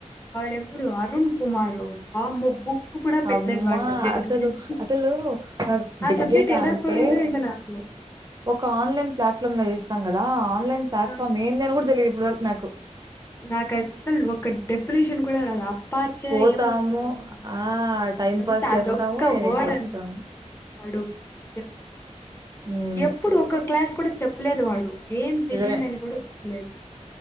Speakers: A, on the left (about 20°); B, on the right (about 30°).
A: వాడెప్పుడు అరుణ్ కుమార్ ఆ మ్మో బుక్ కూడా పెట్టలేదు
B: అమ్మా
A: వాడి సబ్జెక్ట్
B: అసలు
A: క నేను
B: అసలు
A: ఆ
B: బిగ్
A: సబ్జెక్ట్
B: డేటా
A: ఎలా
B: అంటే
A: పోయిందో ఏంటో నాకు
B: ఒక ఆన్లైన్ ప్లాట్ఫామ్లో చేస్తాం కదా ఆ ఆన్లైన్ ప్లాట్ఫామ్
A: ఆ,
B: ఏంది అని కూడా తెలియదు ఇప్పుడు వరుకు నాకు
A: నాకు అసలు ఒక డెఫినేషన్ కూడా రాదు అపచే
B: పోతాము
A: ఏమో ఒకటుంది
B: ఆ టైం
A: అంత
B: పాస్ చేస్తాము
A: అదొక
B: ఈయనెక్కొస్తాము
A: వర్డ్ అంతే అడోప్ అంతె
B: మ్మ్
A: ఎప్పుడు ఒక క్లాస్ కూడా చెప్పలేదు వాడు ఏం చెయ్యండి
B: నిజమే
A: అని కూడా చెప్పలేదు